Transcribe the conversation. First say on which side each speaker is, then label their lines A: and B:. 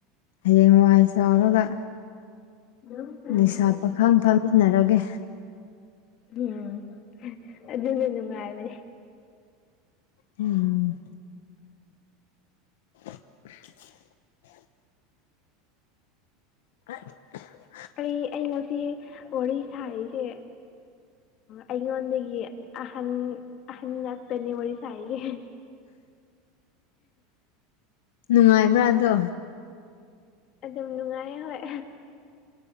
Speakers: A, on the left; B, on the left.
A: ꯍꯌꯦꯡ ꯋꯥꯏ ꯆꯥꯎꯔꯒ
B: ꯎꯝ
A: ꯂꯩꯁꯥ ꯄꯥꯈꯪ ꯐꯝꯃꯤꯟꯅꯔꯒꯦ
B: ꯎꯝ ꯑꯗꯨꯗꯤ ꯅꯨꯡꯉꯥꯏꯕꯅꯦ
A: ꯎꯝ <unintelligible> <unintelligible>
B: ꯑꯩ ꯑꯩ ꯉꯁꯤ ꯋꯥꯔꯤ ꯁꯥꯔꯤꯁꯦ ꯑꯩꯉꯣꯟꯗꯒꯤ ꯑꯍꯟ ꯑꯍꯟ ꯇꯅꯤ ꯋꯥꯔꯤꯁꯥꯏꯁꯦ
A: ꯅꯨꯡꯉꯥꯏꯕ꯭ꯔꯥꯗꯣ
B: ꯑꯗꯨꯝ ꯅꯨꯡꯉꯥꯏꯌꯦ ꯍꯣꯏ